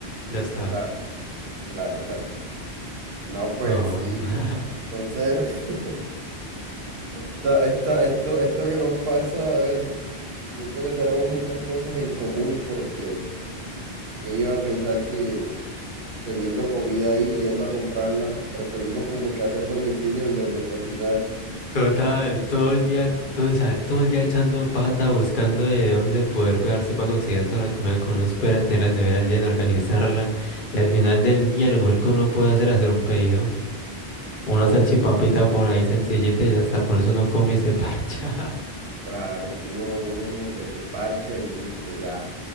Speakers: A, on the left; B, on the right.
A: Ya está.
B: Claro, claro, claro. No, pues
A: No.
B: sí.
A: <laughs>
B: Entonces, <laughs> Esta- esta- esto, esto que nos pasa, a ver, siento que tenemos muchas cosas en común porque quién iba a pensar que teniendo comida ahí, yendo a comprarla, preferimos como que hacer domicilio en vez de cocinar,
A: Total, todo el día, todo, o sea, todo el día echando pata, buscando de dónde poder pegarse para conseguir toda la comida que uno espera, tener la nevera llena, organizarla. Y al final del día, lo mejor que uno puede hacer es hacer un pedido. Una
B: obvio,
A: salchipapita por ahí sencillita y ya está. Con eso uno come y se <laughs> parcha.
B: claro, uno, uno como que se parcha y listo, ya,